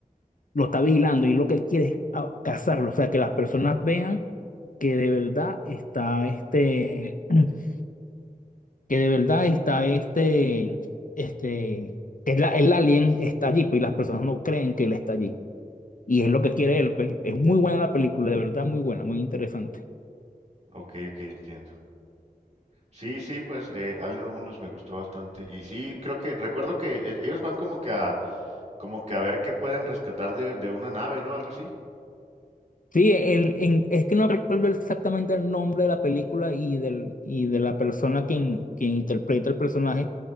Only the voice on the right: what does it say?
ok, ok, entiendo. Sí, sí, pues eh, Alien Romulus me gustó bastante. Y sí, creo que, recuerdo que eh, ellos van como que a, como que a ver qué pueden rescatar de, de una nave, ¿no? Algo así.